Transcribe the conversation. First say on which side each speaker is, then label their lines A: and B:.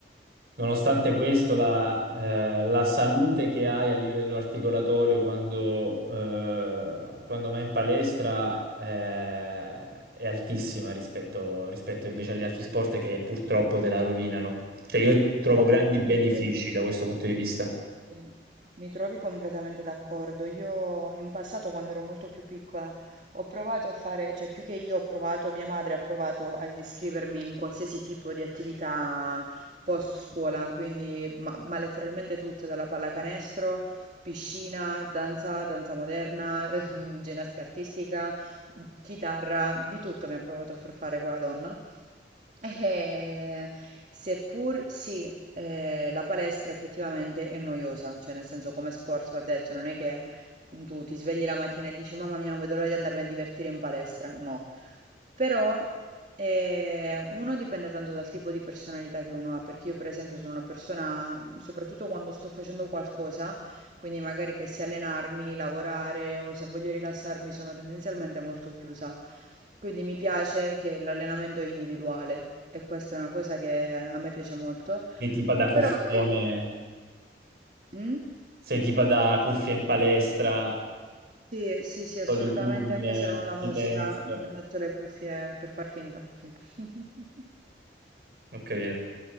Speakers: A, on the right (about 60°); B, on the right (about 45°).
A: Nonostante questo, la, eh, la salute che hai a livello articolatorio quando, eh, quando vai in palestra, eh, è altissima rispetto, rispetto invece agli altri sport che purtroppo te la rovinano. Cioè, io trovo
B: Guarda,
A: grandi benefici
B: mi trovi.
A: da questo punto di vista.
B: Sì, Mi trovi completamente d'accordo. Io in passato, quando ero molto più piccola, ho provato a fare, cioè più che io ho provato, mia madre ha provato ad iscrivermi in qualsiasi tipo di attività post scuola, quindi ma, ma letteralmente tutte, dalla pallacanestro, piscina, danza, danza moderna, <laughs> ginnastica artistica, chitarra, di tutto mi ha provato a far fare quella donna. Eh, seppur sì, eh, la palestra effettivamente è noiosa, cioè nel senso come sport va detto, non è che tu ti svegli la mattina e dici mamma mia non vedo l'ora di andarmi a divertire in palestra, no, però eh, uno dipende tanto dal tipo di personalità che uno ha, perché io per esempio sono una persona, soprattutto quando sto facendo qualcosa, quindi magari che sia allenarmi, lavorare o se voglio rilassarmi sono tendenzialmente molto chiusa. Quindi mi piace che l'allenamento è individuale e questa è una cosa che a me piace molto.
A: Sei tipo da cuffione,
B: Però eh, mm?
A: sei tipo da cuffia in palestra,
B: Sì, sì, sì, assolutamente,
A: solitudine,
B: anche se non ho la musica,
A: silenzio.
B: le metto le cuffie per far finta, sì. <laughs>
A: Ho capito.